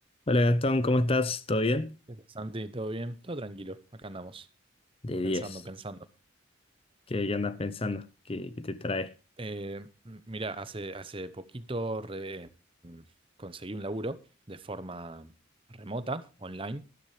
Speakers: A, on the left; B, on the right.
A: Hola Gastón, ¿cómo estás? ¿Todo bien?
B: ¿Qué haces, Santi? ¿Todo bien? Todo tranquilo. Acá andamos,
A: De 10.
B: pensando, pensando.
A: ¿Qué, qué andas pensando? ¿Qué, qué te trae?
B: Eh, m- mira, hace, hace poquito re- mm, conseguí un laburo de forma remota, online,